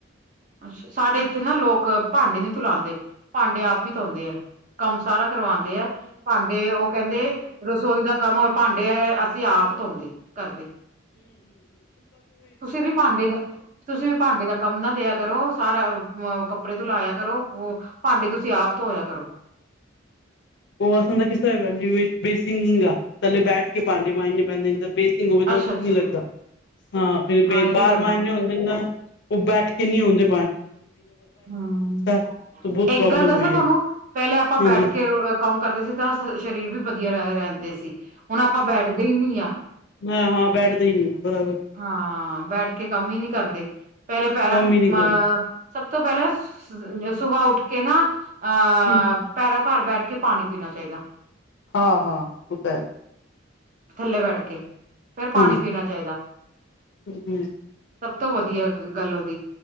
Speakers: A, on the right; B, on the left.
A: ਅੱਛਾ ਸਾਡੇ ਇੱਥੇ ਨਾ ਲੋਕ ਭਾਂਡੇ ਨੀ ਧੁਲਾਦੇ ਭਾਂਡੇ ਆਪ ਹੀ ਧੋਂਉਂਦੇ ਆ। ਕੰਮ ਸਾਰਾ ਕਰਵਾਦੇ ਹੈ, ਭਾਂਡੇ ਉਹ ਕਹਿੰਦੇ ਰਸੋਈ ਦਾ ਕੰਮਰ ਭਾਂਡੇ ਅਸੀਂ ਆਪ ਧੋਂਦੇ ਕਰਦੇ, ਤੁਸੀਂ ਵੀ ਭਾਂਡੇ ਦਾ ਤੁਸੀਂ ਵੀ ਭਾਂਡੇ ਦਾ ਕੰਮ ਨਾ ਦਿਆ, ਸਾਰਾ ਅ ਕੱਪੜੇ ਤੋਂ ਲਾਇਆ ਕਰੋ, ਭਾਂਡੇ ਤੁਸੀਂ ਆਪ ਧੋਇਆ ਕਰੋ।
B: ਉਹ ਪਤਾ ਕਿਸ ਤਰ੍ਹਾਂ ਹੈਗਾ, ਬੇਸਿਕ ਨਹੀਂ ਹੈਗਾ ਥੱਲੇ ਬੈਠ ਕੇ ਭਾਂਡੇ ਮੰਜ ਨੇ ਪੈਂਦੇ। ਬੇਸਿੰਗ ਹੋਵੇ, ਤਾਂ
A: ਅੱਛਾ
B: ਔਖਾ
A: ਅੱਛਾ
B: ਨੀ ਲੱਗਦਾ। ਹਾਂ ਫਿਰ
A: ਇਹ
B: ਬਾਹਰ
A: ਵੀ ਗੱਲ
B: ਮਾਂਜਣੇ
A: ਆ
B: ਹੁੰਦੇ, ਨਾ ਉਹ ਬੈਠ ਕੇ ਨੀ ਆਉਂਦੇ।
A: ਹੂੰ
B: ਤਾਂ ਬਹੁਤ
A: ਇੱਕ
B: ਪ੍ਰੋਬਲਮ
A: ਗੱਲ ਦੱਸੋ,
B: ਹੋਈ
A: ਤੁਹਾਨੂੰ
B: ਹੈ
A: ਪਹਿਲੇ ਆਪਾਂ
B: ਹਾਂਜੀ
A: ਬੈਠ ਕੇ ਕੰਮ ਕਰਦੇ ਸੀ ਤਾਂ ਸਰੀਰ ਵੀ ਵਧੀਆ ਰਹਿੰਦੇ ਸੀ, ਹੁਣ ਆਪਾਂ ਬੈਠਦੇ ਹੀ ਨੀ ਆ।
B: ਹਾਂ-ਹਾਂ ਬੈਠਦੇ ਹੀ ਨੀ ਆ ਬਰਾਬਰ,
A: ਹਾਂ ਬੈਠ ਕੇ ਕੰਮ ਹੀ ਨੀ, ਕਰਦੇ ਪਹਿਲੇ ਪੈਰਾਂ
B: ਕੰਮ
A: ਅਹ
B: ਹੀ ਨਹੀਂ ਕਰੋ
A: ਸਭ ਤੋਂ ਪਹਿਲ ਸੁਬਾ ਉੱਠ ਕੇ ਨਾ ਅ
B: ਹੂੰ
A: ਪੈਰਾ। ਘਰ ਬੈਠ ਕੇ ਪਾਣੀ ਪੀਣਾ ਚਾਹੀਦਾ।
B: ਹਾਂ-ਹਾਂ-ਹਾਂ, ਉਹ ਤਾਂ ਹੈ।
A: ਥੱਲੇ ਬੈਠ ਕੇ ਫਿਰ ਪਾਣੀ
B: ਹਾਂਜੀ
A: ਚਾਹੀਦਾ।
B: ਹੂੰ
A: ਸਭ ਤੋਂ ਵਧੀਆ ਗੱਲ ਹੁੰਦੀ